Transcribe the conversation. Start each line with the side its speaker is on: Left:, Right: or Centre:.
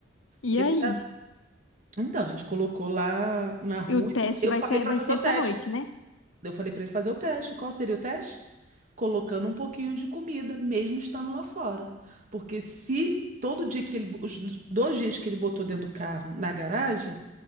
Left: E
Right: Ele,
Left: aí?
Right: então, a gente colocou lá na rua.
Left: E o teste
Right: Eu
Left: vai
Right: falei
Left: ser,
Right: pra
Left: vai
Right: fazer
Left: ser
Right: o
Left: essa
Right: teste.
Left: noite, né?
Right: Eu falei pra ele fazer o teste. Qual seria o teste? Colocando um pouquinho de comida, mesmo estando lá fora. Porque se todo dia que ele, os dois dias que ele botou dentro do carro na garagem,